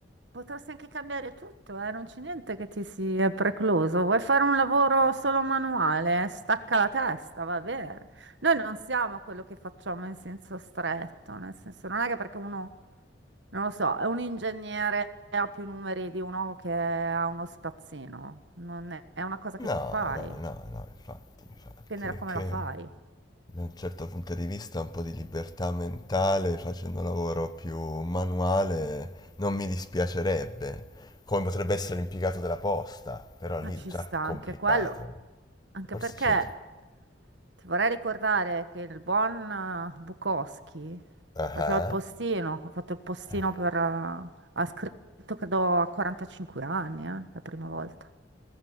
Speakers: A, on the right; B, on the left.
A: Potresti anche cambiare tutto, eh? Non c'è niente che ti sia precluso. Vuoi fare un lavoro solo manuale? Stacca la testa, va bene. Noi non siamo quello che facciamo in senso stretto, nel senso non è che perché uno, non lo so, è un ingegnere e ha più numeri di uno che ha uno spazzino. Non è, è una cosa
B: No,
A: che tu fai,
B: no, no, no, infatti, infatti,
A: dipende da
B: è
A: come
B: che
A: la fai.
B: da un certo punto di vista un po' di libertà mentale facendo un lavoro più manuale non mi dispiacerebbe, come potrebbe essere l'impiegato della posta, però
A: Ma
B: lì
A: ci
B: già
A: sta
B: più
A: anche
B: complicato.
A: quello, anche
B: Forse
A: perché
B: c'entri...
A: ti vorrei ricordare che il buon eh, Bukowski
B: Ah,
A: faceva
B: ah.
A: il postino, ha fatto il postino
B: Eh,
A: per... eh, ha scritto credo a 45 anni, eh, la prima volta.